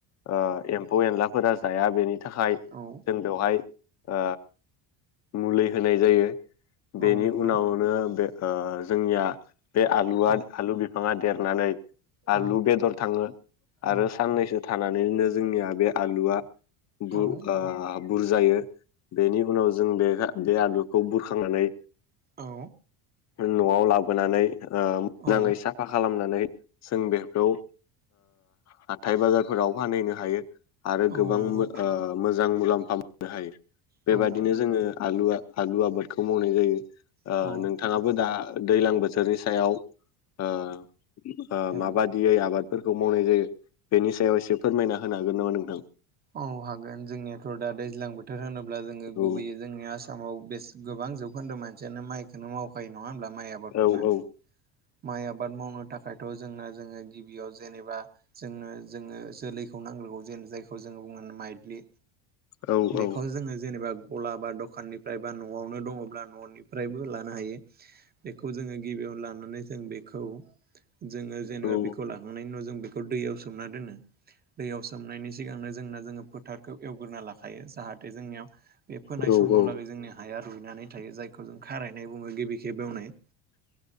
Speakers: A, on the left; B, on the right.
A: ओ एम्फौ एनलाफोरा जाया बेनि थाखाय
B: औ
A: जों बेवहाय ओ मुलि होनाय जायो। बेनि
B: औ नंगौ
A: उनावनो बे ओ जोंनिया बे आलुआ
B: औ
A: आलु बि फाङा देरनानै आलु
B: औ
A: बेदर थाङो
B: औ
A: आरो साननैसो थानानैनो जोंनिया बे आलुआ बु-ओ
B: औ
A: बुरजायो। बेनि उनाव जों बे बे आलुखौ बुरखांनानै
B: औ।
A: न'आव लाबोनानै ओ मोजाङै
B: औ
A: साफा खालामनानै जों बेखौ ओ हाथाइ बाजारफोराव फानहैनो हायो आरो
B: औ
A: गोबां
B: नंगौ
A: ओ मोजां मुलाम्फा मोननो हायो। बेबादिनो
B: औ नंगौ
A: जोङो आलुआ आलु आबादखौ मावनाय जायो। ओ
B: औ
A: नों थाङाबो दा दैलां बोथोरनि सायाव ओ ओ
B: औ
A: माबा दियै आबादफोरखौ मावनाय जायो बेनि सायाव एसे फोरमायना होनो हागोन नामा नोंथां?
B: औ हागोन, जोंनियाथ' दा दैज्लां बोथोर होनोब्ला जोङो
A: औ
B: गुबैयै जोंनि आसामाव बेस-गोबां जौखोन्दो मानसियानो माइखौनो मावखायो नङा होमब्ला माइ आबादखौनो
A: औ औ।
B: माइ आबाद मावनो थाखायथ' जोंना जोङो गिबियाव जेनेबा जोंनो जोङो जोलैखौ नांग्रोगौ जेन जायखौ जोङो बुङो माइद्लि।
A: औ
B: बेखौ
A: औ
B: जोङो जेनेबा गला बा दखाननिफ्राय बा न'आवनो दङ'ब्ला न'निफ्रायबो लानो हायो। बेखौ जोङो गिबियावनो लानानै जों बेखौ जोङो जेनेबा
A: औ
B: बेखौ लाखांनायनि उनाव जों बेखौ दैयाव सोमना दोनो दैयाव सोमनायनि सिगांनो जोंना जोङो फोथारखौ एवगोरना लाखायो जाहाथे जोंनियाव बे फोनाय
A: औ
B: समहालागै
A: औ
B: जोंनि हाया रुइनानै थायो जायखौ जों खारायनाय बुङो गिबि खेब बेवनाय।